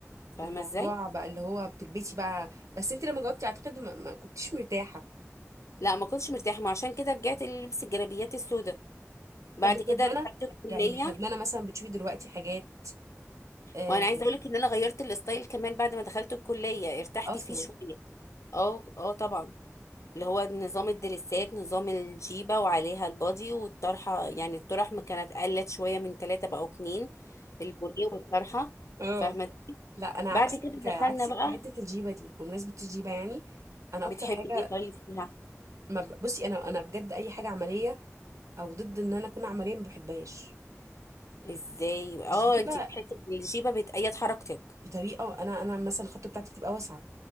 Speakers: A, on the left; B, on the right.
A: فاهمه
B: الموضوع
A: ازاي
B: بقى اللي هو بتلبسي بقى بس انت لما جاوبتي اعتقد ما, ما كنتيش مرتاحه
A: لا ما كنتش مرتاحه ما عشان كده رجعت للبس الجلابيات السوداء بعد
B: طب مش
A: كده
B: ندمانه
A: دخلت الكليه
B: يعني مش ندمانه مثلا بتشوفي دلوقتي حاجات آه،
A: وانا عايزه اقول لك ان انا غيرت الستايل كمان بعد ما دخلت الكليه ارتحت
B: اصلا
A: فيه شويه اه اه طبعا اللي هو نظام الدريسات نظام الجيبة وعليها البادي والطرحة يعني الطرح ما كانت قلت شوية من ثلاثة بقوا اتنين البوريه والطرحة
B: اه
A: فاهمة
B: لا انا
A: بعد
B: عكسك
A: كده
B: عكسك
A: دخلنا بقى
B: في حته الجيبه دي بمناسبه الجيبه يعني انا
A: بتحبي
B: اكتر حاجه
A: ايه طيب فيها
B: ما ب... بصي انا انا بجد اي حاجه عمليه او ضد ان انا اكون عمليه ما بحبهاش
A: ازاي اه
B: الجيبه
A: انتي بتحسي ان الجيبة بتأيد حركتك
B: بطريقه انا انا مثلا الخطه بتاعتي بتبقى واسعه